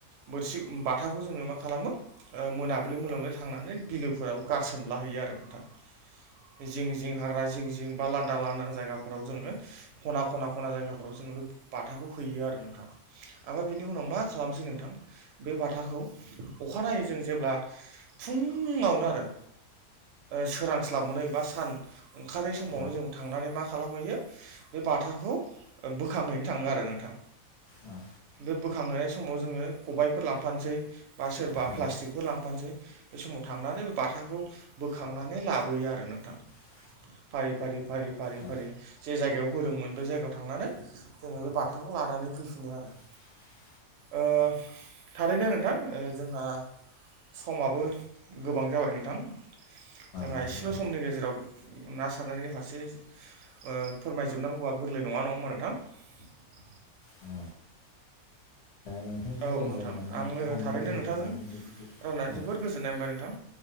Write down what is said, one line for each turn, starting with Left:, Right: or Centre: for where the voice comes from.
Right: बोरसि बाथाखौ जों आोङो मा खालामो मोनाब्लि मोनाब्लि थांनानै बिलोफोराव गारसोमलाहैयो आरो नोंथां जिं जिं हाग्रा जिं जिं बा लांदां लांदां जायगाफोराव जोङो ख'ना ख'ना ख'ना जायगाफोराव जोङो बे बाथाखौ हैयो आरो नोंथां ओमफ्राय बिनि उनाव मा खालामसै नोंथां बे बाथाखौ अखानायै जों जेब्ला फुङावनो आरो सोरांस्लाब मोनै बा सान ओंखारै समावनो
Left: औ
Right: जों थांनानै मा खालामहैयो बे बाथाखौ बोखांहैनो थाङो आरो नोंथां
Left: औ
Right: बे बोखांहाय समाव जोङो खबायफोर लांफानोसै बा सोरबा
Left: औ
Right: प्लास्टिकफोर
Left: औ
Right: लांफानोसै बे समाव माव थांनानै बे बाथाखौ बोखांनानै लाबोयो आरो नोंथां
Left: <inaudible>
Right: फारि फारि फारि फारि
Left: औ
Right: फारि जे जायगायाव होदोंमोन बे जायगायाव थांनानै जोङो बे बाथाखौ लानानै फैफिनो आरो
Left: औ <inaudible>
Right: ओ थारैनो नोंथां जोंहा समाबो गोबां जाबाय नोंथां जोंहा
Left: नोंथां
Right: एसेल'
Left: औ
Right: समनि गेजेराव ना सारनायनि फारसे ओ फोरमायजोबनांगौया गोरलै नङा नङा होनबा नोंथां
Left: औ <unintelligible> नोंथांजों
Right: औ
Left: रायलायनानै
Right: नोंथां आंनो
Left: गमजों
Right: थारैनो
Left: <unintelligible> रायलायनानै
Right: नोंथांजों
Left: जोबोद
Right: रायलायनानै जोबोद
Left: औ
Right: गोजोननाय मोनबाय नोंथां